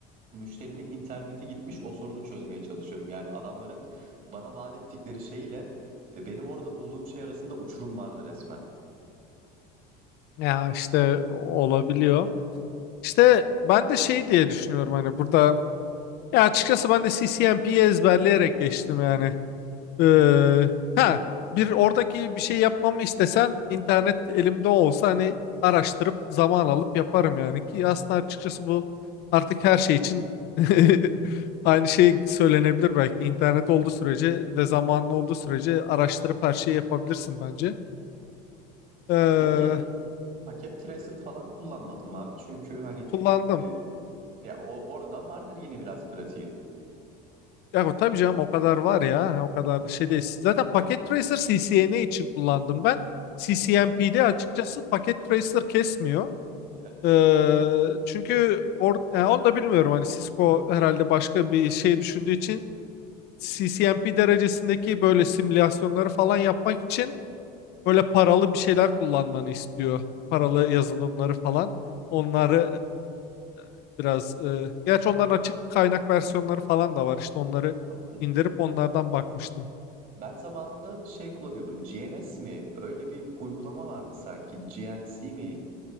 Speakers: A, on the right; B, on the left.
A: müşterinin interneti gitmiş o sorunu çözmeye çalışıyorum. Yani adamların bana vaat ettikleri şeyle e, benim orada bulduğum şey arasında uçurum vardı resmen.
B: Ya işte olabiliyor. İşte ben de şey diye düşünüyorum hani burada ya açıkçası ben de C C M P'yi ezberleyerek geçtim yani. Ee, ha bir oradaki bir şey yapmamı istesen internet elimde olsa hani araştırıp zaman alıp yaparım yani ki aslında açıkçası bu artık her şey için <laughs> aynı şey söylenebilir belki internet olduğu sürece ve zamanlı olduğu sürece araştırıp her şeyi yapabilirsin bence. Ee,
A: Peki paket tracer falan kullanmadım abi çünkü hani
B: kullandım.
A: e, ya o oradan vardır yine biraz pratiğin.
B: Ya tabii canım o kadar var ya o kadar da şey değil. Zaten Packet Tracer CCNA için kullandım ben. CCNP'de
A: Tabii.
B: açıkçası Packet Tracer kesmiyor.
A: Ya,
B: Ee, çünkü or yani onu da bilmiyorum hani Cisco herhalde başka bir şey düşündüğü için CCNP derecesindeki böyle simülasyonları falan yapmak için böyle paralı bir şeyler kullanmanı istiyor. Paralı
A: Allah
B: yazılımları falan. Onları ee, biraz ee, gerçi onların açık kaynak versiyonları falan da var işte onları
A: vardı.
B: indirip onlardan bakmıştım.
A: Ben zamanında şey kullanıyordum. GNS mi? Öyle bir uygulama vardı sanki. GNC mi?